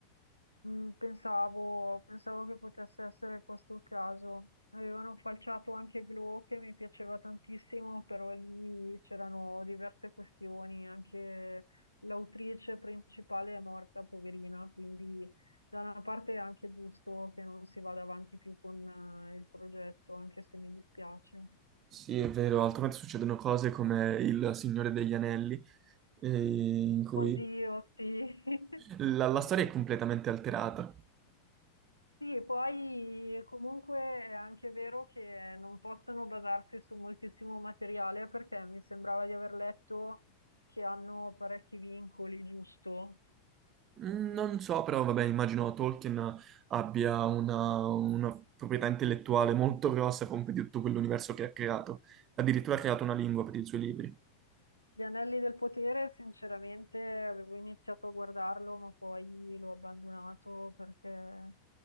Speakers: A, on the left; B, on the right.
A: Mm, Pensavo, pensavo che potesse essere questo il caso. Avevano falciato anche Glow che mi piaceva tantissimo, però lì c'erano diverse questioni. Anche l'autrice principale è morta, poverina, quindi da una parte è anche giusto che non si vada avanti più con eh, il progetto, anche se mi dispiace.
B: Sì, è vero, altrimenti succedono cose come il Signore degli Anelli, eh, in cui
A: Oddio, sì. <laughs>
B: la, la storia è completamente alterata.
A: Sì, e poi comunque è anche vero che non possono basarsi su moltissimo materiale perché mi sembrava di aver letto che hanno parecchi vincoli, giusto?
B: Mm, Non so, però vabbè, immagino Tolkien abbia una, una proprietà intellettuale molto grossa come di tutto quell'universo che ha creato. Addirittura ha creato una lingua per i suoi libri.
A: Gli Anelli del Potere, sinceramente, avevo iniziato a guardarlo, ma poi l'ho abbandonato perché